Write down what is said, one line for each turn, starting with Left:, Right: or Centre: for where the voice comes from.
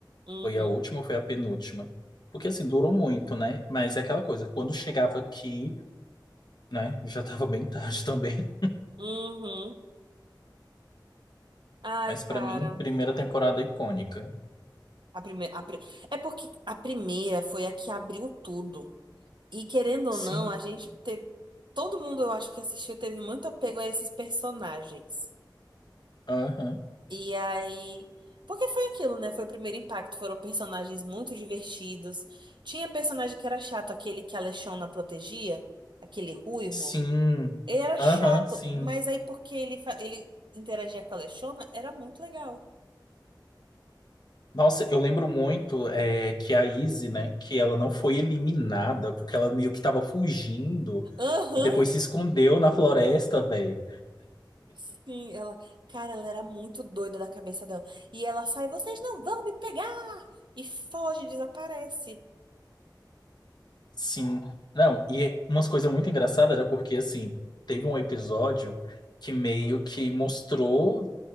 Right: Uhum,
Left: Foi a última ou foi a penúltima? Porque assim, durou muito, né? Mas é aquela coisa, quando chegava aqui, né, já tava bem tarde <laughs> também.
Right: uhum. Ai,
Left: Mas pra
Right: cara.
Left: mim, primeira temporada icônica.
Right: A primeira, a pri- É porque a primeira foi a que abriu tudo. E querendo ou
Left: Sim.
Right: não, a gente teve. Todo mundo, eu acho que assistiu, teve muito apego a esses personagens.
Left: Aham.
Right: E aí. Porque foi aquilo, né? Foi o primeiro impacto. Foram personagens muito divertidos. Tinha personagem que era chato, aquele que a Lechona protegia, aquele ruivo.
Left: Sim.
Right: Ele era
Left: Aham,
Right: chato,
Left: sim.
Right: mas aí porque ele, fa- ele interagia com a Lechona, era muito legal.
Left: Nossa, eu lembro muito é, que a Izzy, né, que ela não foi eliminada, porque ela meio que tava fugindo
Right: Aham!
Left: e depois se escondeu na floresta, velho.
Right: Sim, ela, cara, ela era muito doida da cabeça dela. E ela sai, vocês não vão me pegar! E foge, desaparece.
Left: Sim. Não, e umas coisas muito engraçadas era porque, assim, teve um episódio que meio que mostrou